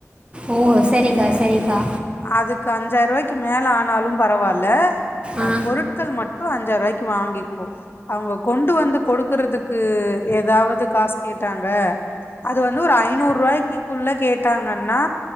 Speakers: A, on the right; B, on the left.
A: ஓ சரிக்கா சரிக்கா
B: அதுக்கு அஞ்சாயிர்ரூவாய்க்கு மேல ஆனாலு பரவால்ல அஹ்
A: ஆ
B: பொருட்கள் மட்டு அஞ்சாயர்ரூவாய்க்கி வாங்கிக்கோ அவுங்க கொண்டு வந்து கொடுக்கறத்துக்கு எதாவ்து காசு கேட்டாங்க அது வந்து ஒரு ஐநூற்ருவாய்க்கிக்குள்ள கேட்டாங்கனா